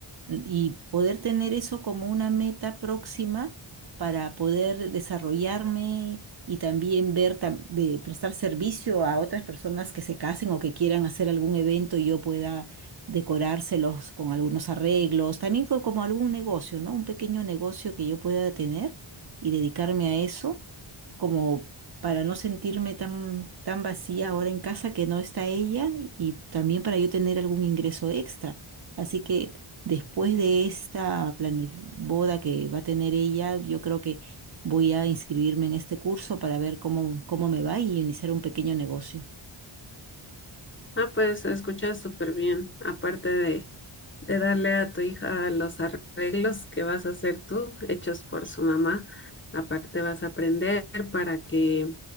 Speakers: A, on the right; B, on the left.
A: y poder tener eso como una meta próxima para poder desarrollarme y también ver tam- de prestar servicio a otras personas que se casen o que quieran hacer algún evento y yo pueda decorárselos con algunos arreglos, también co- como algún negocio, ¿no? Un pequeño negocio que yo pueda tener y dedicarme a eso como para no sentirme tan, tan vacía ahora en casa que no está ella y también para yo tener algún ingreso extra. Así que después de esta planif- boda que va a tener ella, yo creo que voy a inscribirme en este curso para ver cómo, cómo me va y iniciar un pequeño negocio.
B: Ah, pues se escucha súper bien. Aparte de, de darle a tu hija los arreglos que vas a hacer tú, hechos por su mamá, aparte vas a aprender para que